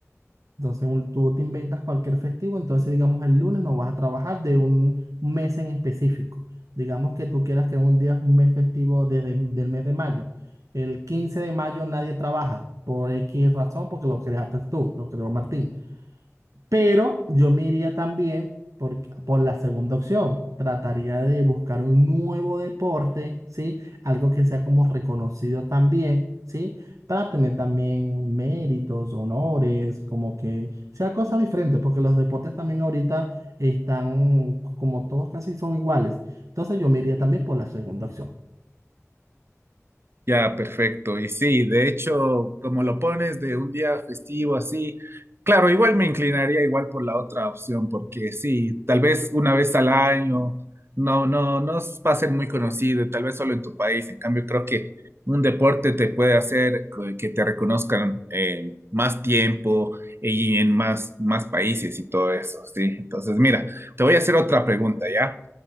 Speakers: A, on the right; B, on the right.
A: Entonces un- tú te inventas cualquier festivo, entonces digamos el lunes no vas a trabajar de un mes en específico. Digamos que tú quieras que un día, un mes festivo desde el mes de mayo. El 15 de mayo nadie trabaja por X razón porque lo creaste tú, lo creó Martín. Pero yo me iría también por, por la segunda opción. Trataría de buscar un nuevo deporte, ¿sí? Algo que sea como reconocido también, ¿sí? Para tener también méritos, honores, como que sea cosa diferente, porque los deportes también ahorita están como todos casi son iguales. Entonces yo me iría también por la segunda opción.
B: Ya, perfecto. Y sí, de hecho, como lo pones de un día festivo así, claro, igual me inclinaría igual por la otra opción, porque sí, tal vez una vez al año, no, no, no s- va a ser muy conocido, tal vez solo en tu país. En cambio, creo que un deporte te puede hacer que que te reconozcan eh, más tiempo y en más, más países y todo eso, sí. Entonces, mira, te voy a hacer otra pregunta, ¿ya?